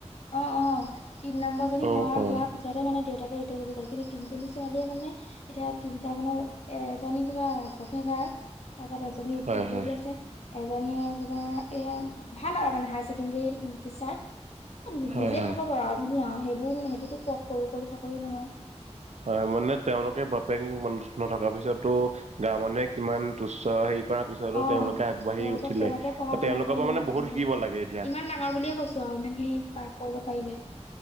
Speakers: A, on the left; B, on the right.
A: অ, অ, তিন নম্বৰজনী
B: অ
A: হ
B: অ
A: হোৱাৰ পিছতে মানে দেউতাকে ই থ বুজি গল কিন্তু তিনিজনী ছোৱালীয়ে মানে এতিয়া তিনিটা মানে এজনী কিবা প্ৰে তাৰপিছত এজনী উকিল
B: হয়
A: কৰি
B: হয়
A: আছে, এজনীয়ে এ এই ভাল আৰু মানে হায় ছেকেণ্ডৰী টিচাৰ।
B: হয়
A: নিজে
B: হয়
A: খাব পাৰ আৰু ধুনীয়া সেইবোৰ সেইটোতো ক সৰু সৰু চাকৰি নহয়।
B: হয় মানে তেওঁলোকে বাপেক নথকাৰ পিছতো গাওঁ মানুহে কিমান তুচ্ছ হে কৰাৰ পিছতো
A: অ
B: তেওঁলোকে আগবাঢ়ি
A: তেওঁলোকে
B: উঠিলে
A: কেনেকে পঢ়া শুনা
B: তেওঁলোকৰ
A: কৰি
B: পৰা
A: ইমান
B: মানে
A: ডাঙৰ
B: বহুত শিকিব লাগে এতিয়া
A: ইমান ডাঙৰ বুলিয়ে কৈছো ইমান খিনী পাৰ কৰিব পাৰিলে